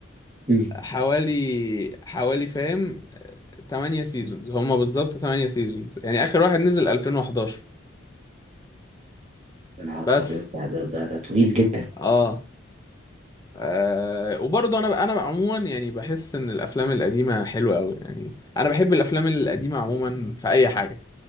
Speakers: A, on the right; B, on the left.
A: مم.
B: حوالي حوالي فاهم 8 سيزونز هما بالظبط 8 سيزونز يعني آخر واحد نزل 2011
A: يا نهار
B: بس
A: ابيض ده ده ده, ده طويل جدا
B: اه, آه. وبرضه انا ب- انا عموما يعني بحس ان الافلام القديمة حلوة قوي يعني انا بحب الافلام القديمة عموما في اي حاجة